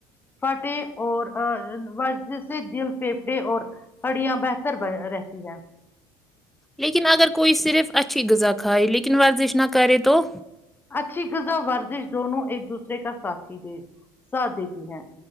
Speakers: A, on the left; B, in the centre.
A: پھٹے اور ورزش سے دل پیپڑے اور ہڑیاں بہتر ب رہتی ہیں
B: لیکن اگر کوئی صرف اچھی غذا کھائے لیکن ورزش نہ کرے تو
A: اچھی غذا ورزش دونوں ایک دوسرے کا ساتھھی دے ساتھ دیتی ہیں